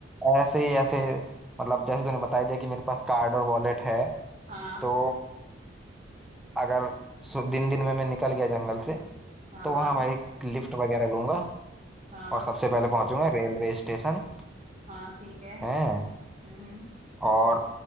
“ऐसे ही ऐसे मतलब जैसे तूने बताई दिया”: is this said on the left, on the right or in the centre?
Centre